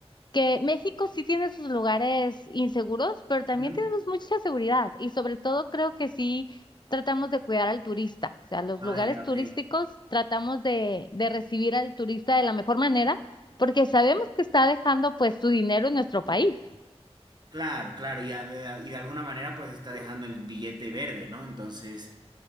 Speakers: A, on the left (about 45°); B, on the right (about 40°).
A: que México sí tiene sus lugares inseguros, pero también
B: Ujú.
A: tenemos mucha seguridad. Y sobre todo creo que sí tratamos de cuidar al turista. O sea, los
B: Ah,
A: lugares
B: ya,
A: turísticos
B: ok.
A: tratamos de, de recibir al turista de la mejor manera, porque sabemos que está dejando pues su dinero en nuestro país.
B: Claro, claro. Ya de- y de alguna manera pues está dejando el billete verde, ¿no? Entonces,